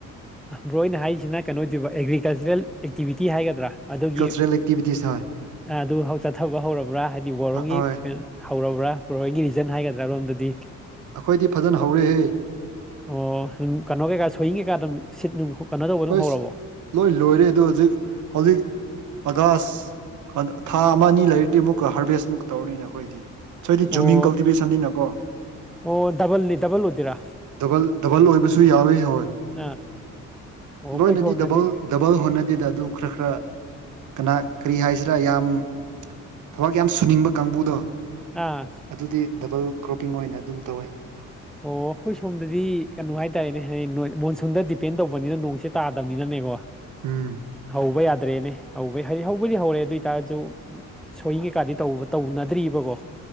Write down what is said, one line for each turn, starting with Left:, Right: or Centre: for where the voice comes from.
Centre: ꯕ꯭ꯔꯣꯅ ꯍꯥꯏꯔꯤꯁꯤꯅ ꯀꯩꯅꯣꯗꯕ ꯑꯦꯒ꯭ꯔꯤꯀꯜꯆꯔꯦꯜ ꯑꯦꯛꯇꯤꯕꯤꯇꯤ ꯍꯥꯏꯒꯗ꯭ꯔꯥ ꯑꯗꯨꯒꯤ
Right: ꯁꯣ꯭ꯔꯦꯜ ꯑꯦꯛꯇꯤꯇꯤꯁ ꯍ‌ꯣꯏ
Centre: ꯑꯗꯨ ꯍꯧ ꯆꯠꯊꯕ ꯍꯧꯔꯕ꯭ꯔꯥ ꯍꯥꯏꯗꯤ
Right: ꯍꯣꯏ
Centre: ꯕꯣꯔꯣꯒꯤ
Right: ꯍꯣꯏ
Centre: ꯀꯩꯅ ꯍꯧꯔꯕ꯭ꯔꯥ ꯍꯣꯔ ꯍꯣꯏꯒꯤ ꯔꯤꯖꯟ ꯍꯥꯏꯒꯗ꯭ꯔꯥ ꯔꯣꯝꯗꯗꯤ
Right: ꯑꯩꯈꯣꯏꯗꯤ ꯐꯖꯅ ꯍꯧꯔꯦꯍꯦ
Centre: ꯑꯣ ꯀꯩꯅꯣ ꯀꯩꯀꯥ ꯁꯣꯏꯋꯤꯡ ꯀꯩꯀꯥ ꯑꯗꯨꯝ ꯁꯤꯠ ꯅꯨꯡ ꯀꯩꯅꯣ ꯇꯧꯕ ꯑꯗꯨꯝ
Right: ꯑꯁ
Centre: ꯍꯧꯔꯕꯣ
Right: ꯂꯣꯏ ꯂꯣꯏꯔꯦ ꯑꯗ ꯍꯧꯖꯤꯛ ꯍꯧꯖꯤꯛ ꯑꯒꯥꯁ ꯊꯥ ꯑꯃ ꯑꯅꯤ ꯂꯩꯔꯗꯤ ꯑꯃꯨꯛ ꯍꯥꯔꯔꯕꯦꯁꯃꯨꯛ ꯇꯧꯔꯅꯤꯅꯦ ꯑꯩꯈꯣꯏꯗꯤ ꯁꯣꯏꯗꯤ ꯖꯨꯃꯤꯡ
Centre: ꯑꯣ
Right: ꯀꯜꯇꯤꯚꯦꯁꯟꯅꯤꯅ ꯀꯣ
Centre: ꯑꯣ ꯗꯕꯜꯅꯤ ꯗꯕꯜ ꯑꯣꯏꯗꯣꯏꯔꯥ
Right: ꯗꯕꯜ ꯗꯕꯜ ꯑꯣꯏꯕꯁꯨ ꯌꯥꯎꯋꯦ ꯍꯣꯏ
Centre: ꯑ ꯑꯣ ꯑꯩꯈꯣꯏ
Right: ꯂꯣꯏꯅꯗꯤ
Centre: ꯁ‌ꯣꯟꯗꯗꯤ
Right: ꯗꯕꯜ ꯗꯕꯜ ꯍꯣꯟꯠꯅꯗꯦꯗ ꯑꯗꯨ ꯈꯔ ꯈꯔ ꯀꯅꯥ ꯀꯔꯤ ꯍꯥꯏꯁꯤꯔꯥ ꯌꯥꯝ ꯊꯕꯛ ꯌꯥꯝ ꯁꯨꯅꯤꯡꯕ ꯀꯥꯡꯕꯨꯗꯣ
Centre: ꯑꯥ
Right: ꯑꯗꯨꯗꯤ ꯗꯕꯜ ꯀ꯭ꯔꯣꯞꯄꯤꯡ ꯑꯣꯏꯅ ꯑꯗꯨꯝ ꯇꯧꯋꯦ
Centre: ꯑꯣ ꯑꯩꯈꯣꯏ ꯁꯣꯝꯗꯗꯤ ꯀꯩꯅꯣ ꯍꯥꯏꯇꯥꯔꯦꯅꯦ ꯅꯣꯏ- ꯃꯣꯟꯁꯨꯟꯗ ꯗꯤꯄꯦꯟ ꯇꯧꯕꯅꯤꯅ ꯅꯣꯡꯁꯦ ꯇꯥꯗꯕꯅꯤꯅꯦꯀꯣ
Right: ꯎꯝ
Centre: ꯍꯧꯕ ꯌꯥꯗ꯭ꯔꯦꯅꯦ ꯍꯧꯕꯩ ꯍꯧꯕꯨꯗꯤꯍꯧꯔꯦ ꯑꯗ‌ꯣꯏꯇꯥꯔꯁꯨ ꯁꯣꯌꯤ ꯀꯩꯀꯥꯗꯤ ꯇ- ꯇꯧꯅꯗ꯭ꯔꯤꯕꯀꯣ